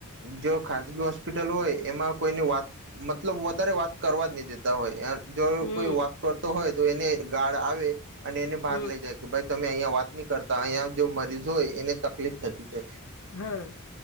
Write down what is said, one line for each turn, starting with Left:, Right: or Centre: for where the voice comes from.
Right: જો ખાનગી હોસ્પિટલ હોય એમાં કોઈને વાત મતલબ વધારે વાત કરવા જ નહી દેતા હોય જો
Left: હમ
Right: કોઈ વાત કરતો હોય તો એને ગાળ આવે અને એને બહાર
Left: હમ
Right: લઈ જાય કે ભાઈ તમે અહં વાત ની કરતા અહીંયા જો મરીજ હોય એને તકલીફ થતી છે.
Left: હા